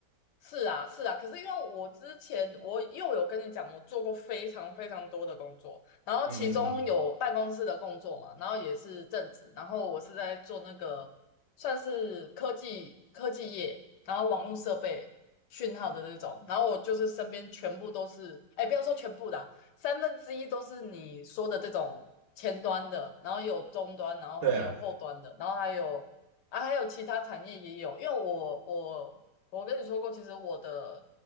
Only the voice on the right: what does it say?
嗯嗯嗯，
对啊。